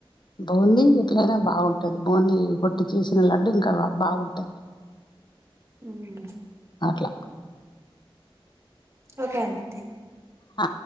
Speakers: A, on the left (about 50°); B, on the right (about 30°).
A: బౌండింగ్ ఎపుడైనా బావుండు టది బూని కొట్టి చేసిన లడ్డు ఇంకా బాగుంటది
B: ఊమ్
A: అట్ల
B: ఓకే అండి థ్యాం
A: అ